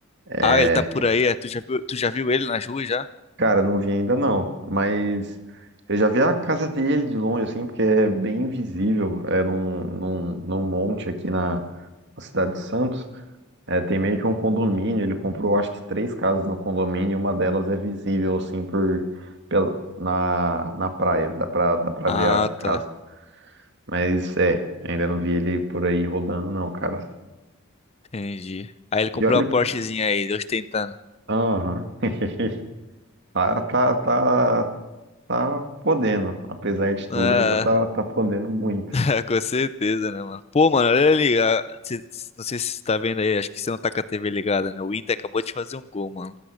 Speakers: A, on the left; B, on the right.
A: Ah,
B: É,
A: ele tá por aí, é? Tu já viu, tu já viu ele nas ruas já?
B: Cara, não vi ainda não, mas eu já vi a casa dele de longe, assim, porque é bem visível, é num, num, num monte aqui na, na cidade de Santos. É, tem meio que um condomínio, ele comprou acho que três casas no condomínio, uma delas é visível assim por pela, na, na praia, dá pra, dá pra
A: Ah,
B: ver a casa.
A: tá.
B: Mas é, ainda não vi ele por aí rodando não, cara.
A: Entendi. Aí ele comprou
B: E olha,
A: a Porschezinha aí, ostentando.
B: aham. <laughs> Tá, tá, tá, tá podendo, apesar de tudo,
A: Ah.
B: ainda tá, tá podendo muito.
A: <laughs> Com certeza, né, mano? Pô, mano, olha ali. a- cê- cê- Não sei se você tá vendo aí, acho que você não tá com a TV ligada, né? O Inter acabou de fazer um gol, mano.